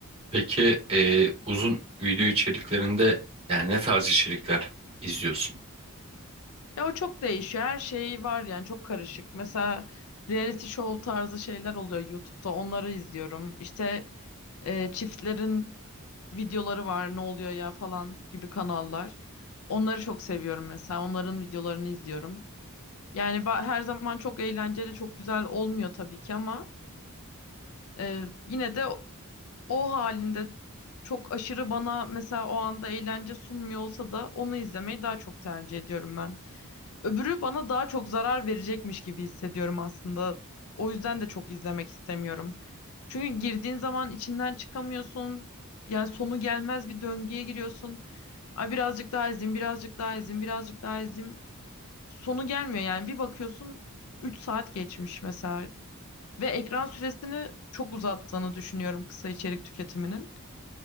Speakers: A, on the right; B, on the left.
A: Peki e, uzun video içeriklerinde yani ne tarz içerikler izliyorsun?
B: Ya o çok değişiyor. Her şey var yani çok karışık. Mesela reality show tarzı şeyler oluyor YouTube'da. Onları izliyorum. İşte e, çiftlerin videoları var. Ne oluyor ya falan gibi kanallar. Onları çok seviyorum mesela. Onların videolarını izliyorum. Yani ba- her zaman çok eğlenceli, çok güzel olmuyor tabii ki ama e, yine de o halinde çok aşırı bana mesela o anda eğlence sunmuyor olsa da onu izlemeyi daha çok tercih ediyorum ben. Öbürü bana daha çok zarar verecekmiş gibi hissediyorum aslında. O yüzden de çok izlemek istemiyorum. Çünkü girdiğin zaman içinden çıkamıyorsun. Yani sonu gelmez bir döngüye giriyorsun. Ay birazcık daha izleyeyim, birazcık daha izleyeyim, birazcık daha izleyeyim. Sonu gelmiyor yani. Bir bakıyorsun 3 saat geçmiş mesela. Ve ekran süresini çok uzattığını düşünüyorum kısa içerik tüketiminin.